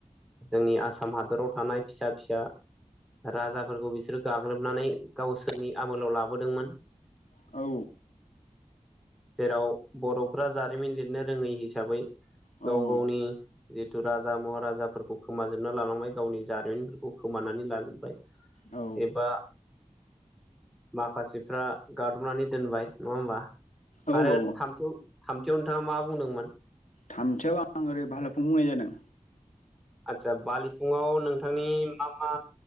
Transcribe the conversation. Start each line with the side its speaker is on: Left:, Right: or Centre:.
Centre: जोंनि आसाम हादराव थानाय फिसा फिसा राजाफोरखौ बिसोरो गाग्लोबनानै गावसोरनि आमोलाव लाबोदोंमोन।
Left: औ।
Centre: जेराव बरफोरा जारिमिन लिरनो रोङै हिसाबै
Left: औ
Centre: गाव गावनि जिहेतु राजा महाराजाफोरखौ खोमाजोबना लालांबाय गावनि जारिमिनफोरखौ खोमानानै लाजोबबाय।
Left: औ
Centre: एबा माखासेफ्रा गादबनानै दोनबाय नङा होमबा?
Left: औ
Centre: आरो
Left: औ
Centre: थामथि थामथियाव नोंथाङा मा बुंदोंमोन।
Left: थामथियाव आं ओरै भालोफुं बुंनाय जादों।
Centre: सा बालि फुङाव नोंथांनि मा आ